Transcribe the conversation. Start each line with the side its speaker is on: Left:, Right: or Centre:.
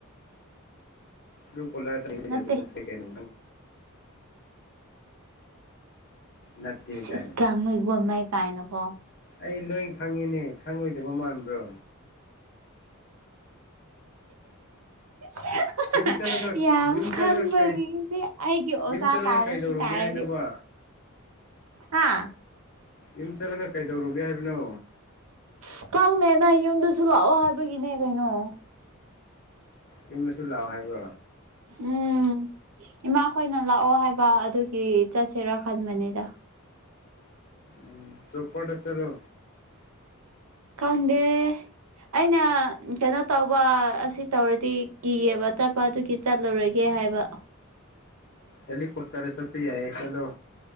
Left: ꯇꯨꯀꯣꯂꯥ
Right: ꯅꯠꯇꯦ
Left: ꯑꯗꯨꯗ ꯀꯩꯅꯣ ꯂꯠꯇ
Right: ꯁꯤꯁ
Left: ꯀꯅ
Right: ꯒ꯭ꯌꯥꯡꯃꯩ ꯒꯣꯟꯃꯩ ꯀꯥꯏꯅꯀꯣ
Left: ꯑꯩ ꯂꯣꯏ ꯈꯪꯉꯤꯅꯦ ꯈꯪꯉꯣꯏꯗꯕ ꯃꯥꯟꯕ꯭ꯔꯣ
Right: <inaudible>
Left: ꯌꯨꯝ ꯆꯠꯂꯒ
Right: ꯌꯥꯝ
Left: ꯌꯨꯝ
Right: ꯈꯪꯕꯒꯤꯅꯦ
Left: ꯆꯠꯂꯒ ꯀꯩ
Right: ꯑꯩꯒꯤ ꯑꯣꯖꯥ
Left: ꯌꯨꯝ ꯆꯠꯂꯒ
Right: ꯇꯥꯔ
Left: ꯀꯩꯗꯧꯔꯨꯒꯦ
Right: ꯁꯤ ꯇꯥꯔꯁꯦ
Left: ꯍꯥꯏꯅꯣꯕ
Right: <inaudible> ꯍꯥꯥ
Left: ꯌꯨꯝ ꯆꯠꯂꯒ ꯀꯩꯗꯧꯔꯨꯒꯦ ꯍꯥꯏꯕꯅꯣ
Right: ꯑ ꯀꯪꯃꯦꯅ ꯌꯨꯝꯗꯁꯨ ꯂꯥꯛꯑꯣ ꯍꯥꯏꯕꯒꯤꯅꯦ ꯀꯩꯅꯣ
Left: ꯀ ꯂꯁꯨ ꯂꯥꯎꯑꯣ ꯍꯥꯏꯕꯣ
Right: ꯎꯝ ꯏꯃꯥꯈꯣꯏꯅ ꯂꯥꯛꯑꯣ ꯍꯥꯏꯕ ꯑꯗꯨꯒꯤ ꯆꯠꯁꯤꯔꯥ ꯈꯟꯕꯅꯤꯗ
Left: ꯎꯝ ꯆꯣꯞꯄꯠꯁ ꯆꯂꯣ
Right: ꯈꯪꯗꯦ ꯑꯩꯅ ꯀꯩꯅꯣ ꯇꯧ ꯋꯥ ꯑꯁꯤ ꯇꯧꯔꯗꯤ ꯀꯤꯌꯦꯕ ꯆꯠꯄ ꯑꯗꯨꯒꯤ ꯆꯠꯂꯨꯔꯣꯏꯒꯦ ꯍꯥꯏꯕ
Left: ꯁꯦꯜ ꯈꯨꯔꯇꯥꯔꯦ ꯁꯠꯨ ꯌꯦꯁꯂꯣ